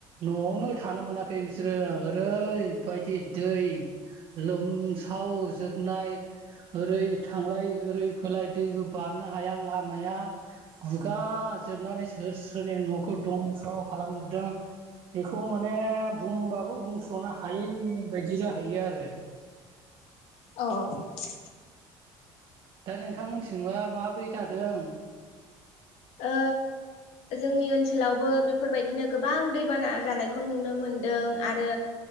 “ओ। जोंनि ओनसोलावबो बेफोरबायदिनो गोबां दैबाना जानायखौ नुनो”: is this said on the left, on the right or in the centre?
Left